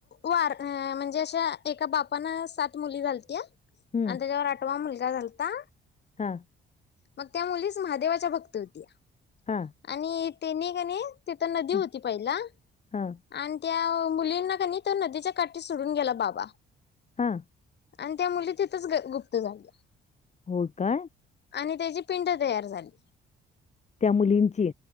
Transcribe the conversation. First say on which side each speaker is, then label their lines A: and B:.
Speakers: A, on the left; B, on the left.
A: वार म्हणजे अशा एका बापान सात मुली झालत्या.
B: हं.
A: आणि त्याच्यावर आठवा मुलगा झालता.
B: हा.
A: मग त्या मुलीच महादेवाच्या भक्त होत्या.
B: हा.
A: आणि तेने का नाही तिथ नदी
B: हं,
A: होती पहिला.
B: हां,
A: आणि त्या मुलींना का नाही तो नदीच्या काठी सोडून गेला बाबा.
B: हा.
A: आणि त्या मुली तिथंच ग- गुप्त झाल्या.
B: हो काय.
A: आणि त्याची पिंड तयार झाली.
B: त्या मुलींची?